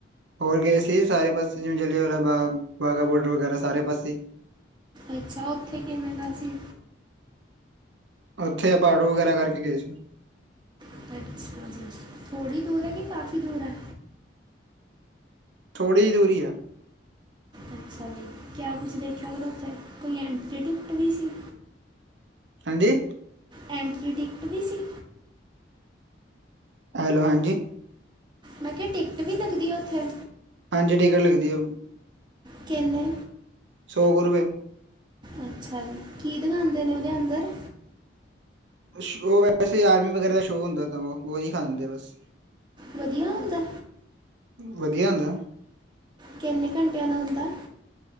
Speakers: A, on the right; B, on the right.
A: ਹੋਰ ਗਏ ਸੀ। ਸਾਰੇ ਪਾਸੇ ਜਿਵੇਂ ਜਿਲੇਵਲਾ ਬਾਗ ਵਾਗਾ ਬੋਡਰ ਵਗੈਰਾ ਸਾਰੇ ਪਾਸੇ
B: ਅੱਛਾ ਉੱਥੇ ਕਿਵੇੰਦਾ ਸੀ।
A: ਉੱਥੇ ਆਪਾ ਆਟੋ ਵਗੈਰਾ ਕਰਕੇ ਗਏ ਸੀ।
B: <unintelligible> ਥੋੜੀ ਦੂਰ ਹੈ ਕਿ ਕਾਫ਼ੀ ਦੂਰ ਹੈ?
A: ਥੋੜੀ ਦੂਰੀ ਈ ਹੈ।
B: ਅੱਛਾ ਜੀ ਕਿਆ ਕੁਛ ਦੇਖਿਆ ਫੇਰ ਉੱਥੇ ਕੋਈ ਐਂਟਰੀ ਟਿਕਟ ਵੀ ਸੀ?
A: ਹਾਂਜੀ
B: ਐਂਟਰੀ ਟਿਕਟ ਵੀ ਸੀ?
A: ਹੈਲੋ, ਹਾਂਜੀ?
B: ਮੈਂ ਕਿਹਾ ਟਿਕਟ ਵੀ ਲੱਗਦੀ ਹੈ ਉੱਥੇ?
A: ਹਾਂਜੀ ਟਿਕਟ ਲੱਗਦੀ ਹੈ।
B: ਕਿੰਨੇ?
A: ਸੌ ਕੁੁ ਰੁਪੇ।
B: ਅੱਛਾ ਜੀ ਕੀ ਦਿਖਾਂਦੇ ਨੇ ਉਹਦੇ ਅੰਦਰ?
A: ਸੋਅ ਵੈਸੇ ਆਰਮੀ ਵਗੈਰਾ ਦਾ ਸ਼ੋਅ ਹੁੰਦਾ ਤਾਂ ਉਹ ਹੀ ਦਿਖਾਂਦੇ ਆ ਬਸ।
B: ਵਧੀਆ ਹੁੰਦਾ?
A: ਵਧੀਆ ਹੁੰਦਾ।
B: ਕਿੰਨੇ ਘੰਟਿਆਂ ਦਾ ਹੁੰਦਾ?